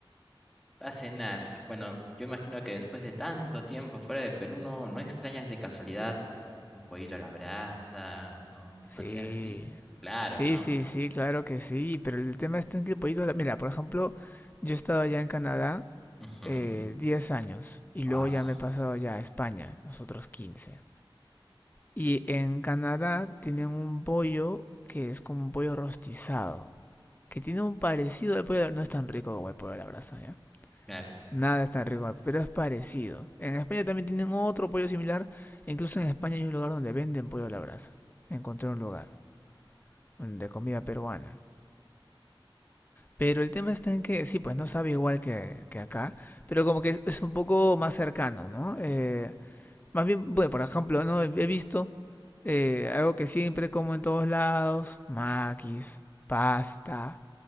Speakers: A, in the centre; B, on the left (about 20°).
A: A cenar. Bueno, yo imagino que después de tanto tiempo fuera de Perú, no, no extrañas de casualidad un pollito a la brasa. ¿No,
B: Sí,
A: no tienes así? Claro,
B: sí,
A: ¿no?
B: sí, sí, claro que sí, pero el tema está en que el pollito... a la- Mira, por ejemplo, yo he estado allá en Canadá
A: Ujú.
B: eh, 10 años y luego
A: Ah, su-
B: ya me he pasado ya a España, nosotros quince, Y en Canadá tienen un pollo que es como un pollo rostizado, que tiene un parecido al pollo... a la- No es tan rico como el pollo a la brasa, ¿ya?
A: claro.
B: Nada es tan rico, pero es parecido. En España también tienen otro pollo similar. e incluso en España hay un lugar donde venden pollo a la brasa. Encontré un lugar de comida peruana. Pero el tema está en que, sí, pues no sabe igual que, que acá, pero como que es, es un poco más cercano, ¿no? Eh, más bien, bueno, por ejemplo, ¿no? He, he visto eh, algo que siempre como en todos lados, maquis, pasta.